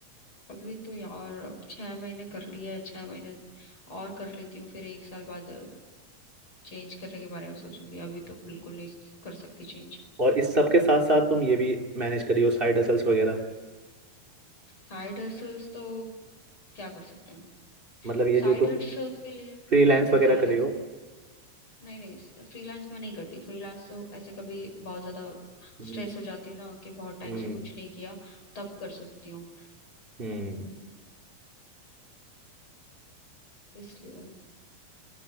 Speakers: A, on the left; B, on the right.
A: अभी तो यार छह महीने कर लिया है छह महीने और कर लेती हूँ फिर एक साल बाद चेंज करने के बारे में सोचूंगी अभी तो बिल्कुल नहीं कर सकती चेंज
B: और इस सब के साथ साथ तुम ये भी मैनेज करी हो साइड हसल्स वगैरह
A: साइड हसल्स तो क्या कर सकते हैं
B: मतलब ये
A: साइड
B: जो तुम
A: हसल्स के लिए
B: फ्रीलांस
A: नहीं नहीं
B: वगैरह
A: साइड
B: करे हो
A: नहीं नहीं फ्रीलांस में नहीं करती फ्रीलांस तो ऐसे कभी बहुत ज्यादा
B: हम्म
A: स्ट्रेस हो जाती हूँ ना कि बहुत टाइम
B: हम्म
A: से कुछ नहीं किया तब कर सकती हूँ
B: हम्म।
A: हम्म, इसलिए